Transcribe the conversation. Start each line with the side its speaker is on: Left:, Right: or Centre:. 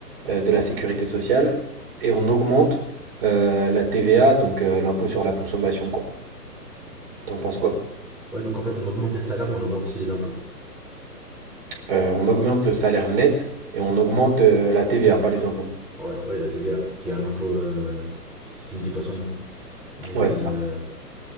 Right: euh, de la sécurité sociale et on augmente euh, la TVA, donc euh, l'impôt sur la consommation, quoi. T'en penses quoi?
Centre: Ouais, donc en fait, on augmente les salaires, mais on augmente aussi les impôts.
Right: Euh, on augmente le salaire net et on augmente euh, la TVA, pas les impôts.
Centre: Ouais, ouais, la TVA, qui est un impôt euh, qui, qui ne dit pas son nom. Mais
Right: Ouais,
Centre: euh,
Right: c'est ça.